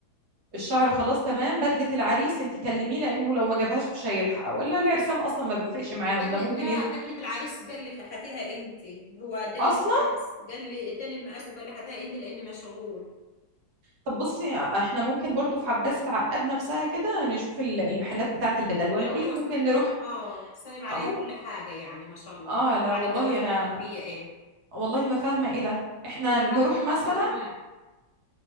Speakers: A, on the right (about 80°); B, on the left (about 50°).
A: الشعر
B: اه
A: خلاص تمام بدلة العريس انت كلميه لانه لو ما جابهاش مش هيلحق ولا العرسان اصلا ما بيفرقش معاهم
B: هي بدلة
A: ده ممكن
B: لا
A: ينزل
B: بدلة العريس قال لي هاتيها انت هو اداني
A: اصلا
B: المقاس قال لي اداني المقاس وقال لي هاتيها انت لان مشغول
A: طب بصي احنا ممكن برضو في عباس العقاد نفسها كده نشوف ال- المحلات بتاعة البدل
B: يعني
A: ولا اقولك
B: هو
A: ممكن نروح
B: اه سايب عليا
A: اه ممكن
B: كل حاجة يعني ما شاء الله
A: اه لا
B: بعد
A: والله
B: الجواز
A: انا
B: هيعمل فيا ايه
A: والله ما فاهمه ايه ده احنا
B: كل
A: نروح
B: حاجة حاططها
A: مثلا
B: فوق دماغي